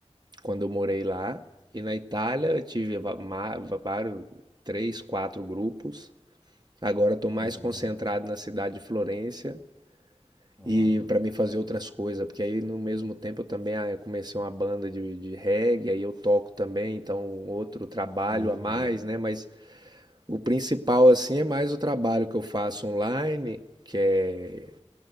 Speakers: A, on the right; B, on the left.
A: quando eu morei lá. E na Itália eu tive va- ma- va- vários, três, quatro grupos. Agora estou
B: Entendi.
A: mais concentrado na cidade de Florença
B: Aham,
A: e para mim fazer outras coisas, porque aí no mesmo tempo eu também ah, eu comecei uma banda de, de reggae, aí eu toco também, então outro trabalho
B: Pode crer.
A: a mais, né? Mas o principal assim é mais o trabalho que eu faço online, que é